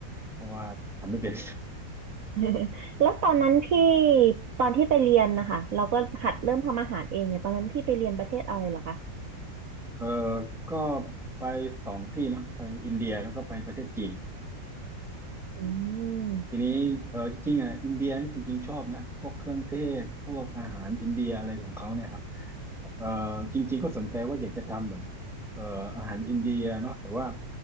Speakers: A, in the centre; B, on the right.
A: เพราะว่าทำไม่เป็น
B: <laughs> แล้วตอนนั้นพี่ตอนที่ไปเรียนนะคะเราก็หัดเริ่มทำอาหารเองเนี่ยตอนนั้นพี่ไปเรียนประเทศอะไรเหรอคะ
A: <laughs> เออก็ไปสองที่เนาะไปอินเดียแล้วก็ไปประเทศจีนครับ
B: อืม
A: ทีนี้เออจริงๆอ่ะอินเดียนี่จริงๆชอบนะพวกเครื่องเทศพวกอาหารอินเดียอะไรของเขาเนี่ยครับเออจริงๆก็สนใจว่าอยากจะทำแบบเอออาหารอินเดียเนาะแต่ว่า